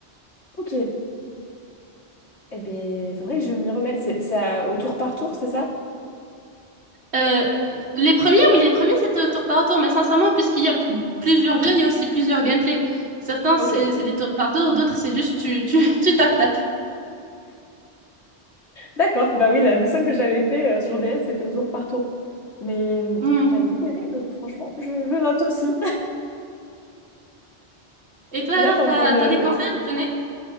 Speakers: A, on the left (about 85°); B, on the right (about 75°).
A: Ok. Eh bien, faudrait que je m'y remette. C'est c'est à- au tour par tour, c'est ça?
B: Euh, les premiers, oui, les premiers c'était au tour par tour, mais sincèrement, puisqu'il y a p- plusieurs jeux, il y a aussi plusieurs gameplays. Certains c'est
A: Ok.
B: c'est des tours par tour, d'autres c'est juste tu tu <laughs> tu tapes tapes.
A: D'accord. Bah oui, la- le seul que j'avais fait euh, sur DS, c'était au tour par tour. Mais euh,
B: Hmm.
A: j'avais beaucoup aimé, donc franchement, je, je note aussi. <laughs>
B: Et toi
A: Là,
B: alors,
A: t'es en
B: t'as
A: train de...
B: t'as des conseils à me donner?